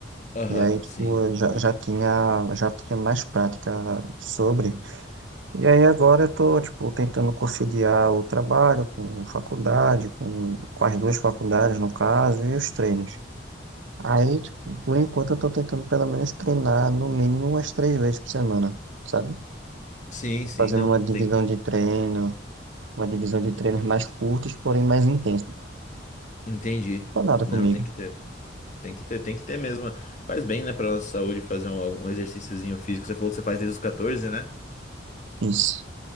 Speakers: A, on the left; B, on the right.
A: Aham,
B: E aí, tipo,
A: sim.
B: eu já, já tinha, já tinha mais prática sobre. E aí agora eu tô, tipo, tentando conciliar o trabalho com faculdade, com, com as duas faculdades, no caso, e os treinos. Aí, tipo, por enquanto eu tô tentando pelo menos treinar no mínimo umas três vezes por semana, sabe?
A: Sim, sim,
B: Fazendo
A: não,
B: uma
A: tem,
B: divisão de treino uma divisão de treinos mais curtos, porém mais intensos.
A: entendi.
B: Foi nada
A: Não,
B: comigo.
A: tem que ter. Tem que ter, tem que ter mesmo. Faz bem, né, pra nossa saúde fazer um, algum exercíciozinho físico. Você falou que você faz desde os 14, né?
B: Isso.